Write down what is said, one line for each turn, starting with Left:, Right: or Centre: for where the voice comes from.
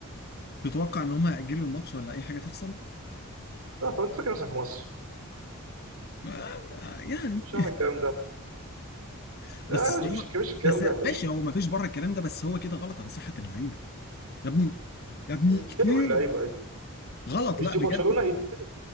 Left: تتوقع ان هم هيأجلوا الماتش ولا اي حاجه تحصل؟
Right: لا طب انت فاكر نفسك في مصر
Left: آه، يعني
Right: مش هعمل الكلام ده
Left: <laughs> بس
Right: لا
Left: الصراحه
Right: مش مفيش مفيش الكلام
Left: بس
Right: ده يا باشا
Left: ماشي هو ما فيش بره الكلام ده بس هو كده غلط على صحه اللعيبه يا ابني يا ابني
Right: يتفلقوا
Left: كتير
Right: اللعيبه
Left: غلط
Right: مش
Left: لا
Right: دي
Left: بجد
Right: برشلونه يتفلقوا